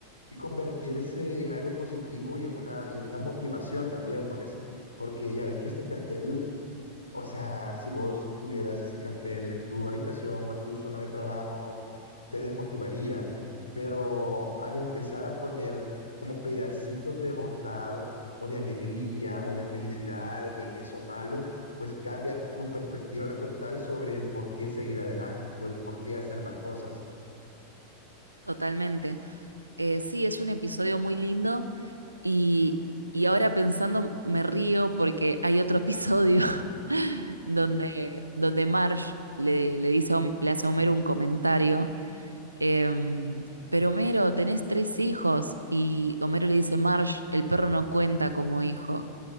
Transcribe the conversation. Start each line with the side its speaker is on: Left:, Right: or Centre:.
Left: y convertirse en algo positivo y en una, y en una motivación también, pues, porque ya ves que este cartel o sea, si vos tuvieras ese cartel en tu habitación o en tu zona de trabajo, te desmotivaría. Pero al empezar a poner como pedacitos de bondad o de alegría o de felicidad en eso malo, pues cambia tu perspectiva total sobre el por qué seguir adelante o el por qué hacer las cosas.
Right: Totalmente. Eh, sí, es un episodio muy lindo y, y ahora pensando me río porque hay otro episodio <laughs> donde, donde Marge le, le dice, a Hom- le hace a Homero un comentario, em, pero Homero, tenés tres hijos y Homero le dice, Marge, el perro no cuenta como hijo.